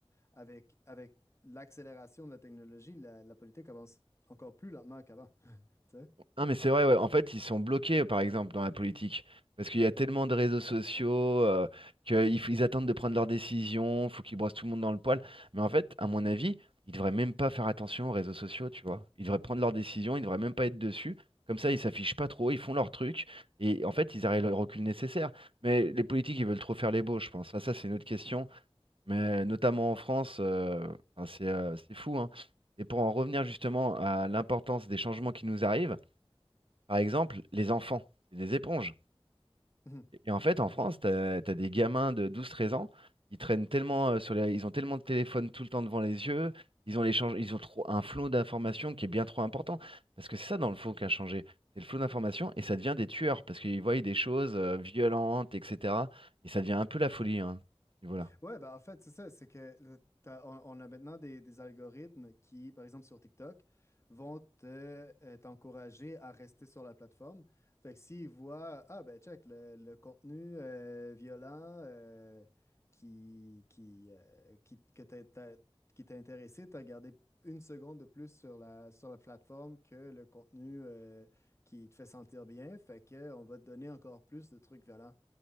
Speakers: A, on the left (about 25°); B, on the right (about 60°).
A: avec, avec l'accélération de la technologie, la, la politique avance encore plus lentement qu'avant, tu sais.
B: Non, mais c'est vrai, ouais. En fait, ils sont bloqués, par exemple, dans la politique. Parce qu'il y a tellement de réseaux sociaux euh, qu'ils f- ils attendent de prendre leurs décisions, faut qu'ils brossent tout le monde dans le poil. Mais en fait, à mon avis, ils devraient même pas faire attention aux réseaux sociaux, tu vois. Ils devraient prendre leurs décisions, ils devraient même pas être dessus. Comme ça, ils s'affichent pas trop, ils font leur truc. Et en fait, ils arrivent au recul nécessaire. Mais les politiques, ils veulent trop faire les beaux, je pense. Ah, ça, c'est une autre question. Mais notamment en France, euh, enfin, c'est euh, c'est fou, hein. Et pour en revenir justement à l'importance des changements qui nous arrivent, par exemple, les enfants, c'est des éponges.
A: Mhm.
B: Et en fait, en France, t'as, t'as des gamins de douze, treize ans, ils traînent tellement euh, sur les, ils ont tellement de téléphones tout le temps devant les yeux, ils ont l'échange, ils ont trop un flot d'informations qui est bien trop important. Parce que c'est ça dans le faux qui a changé. C'est le flot d'informations et ça devient des tueurs parce qu'ils voient des choses euh, violentes, etc. Et ça devient un peu la folie, hein, à ce niveau-là.
A: Ouais, bah en fait, c'est ça, c'est que le- t'as- on, on a maintenant des, des algorithmes qui, par exemple sur TikTok, vont te, euh, t'encourager à rester sur la plateforme. Fait que s'ils voient, ah ben check, le, le contenu euh, violent euh, qui, qui, euh, qui, que t'as- t'as- qui t'a intéressé, t'as gardé une seconde de plus sur la, sur la plateforme que le contenu euh, qui te fait sentir bien. Fait que on va te donner encore plus de trucs violents.